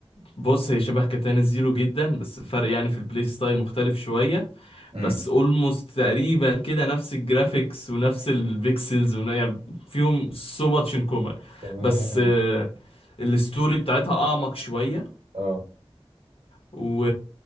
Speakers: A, on the left (about 70°); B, on the right (about 85°).
A: بص هي شبه كاتانا زيرو جدا بس الفرق يعني في البلاي ستايل مختلف شوية
B: امم
A: بس اولموست تقريبا كده نفس الجرافيكس ونفس البيكسلز ون- يعني فيهم سو ماتش ان كومن
B: تمام
A: بس آه، الستوري بتاعتها اعمق شوية
B: اه
A: و...